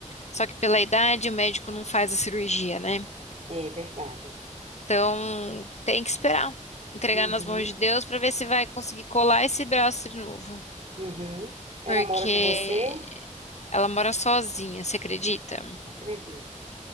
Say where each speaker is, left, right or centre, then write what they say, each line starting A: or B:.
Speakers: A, on the left (about 60°); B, on the right (about 55°).
A: Só que pela idade, o médico não faz a cirurgia, né?
B: é verdade.
A: Então, tem que esperar. Entregar
B: Uhum,
A: nas mãos de Deus para ver se vai conseguir colar esse braço de novo.
B: uhum. Ela
A: Porque
B: mora com você?
A: ela mora sozinha, você acredita?
B: Acredito.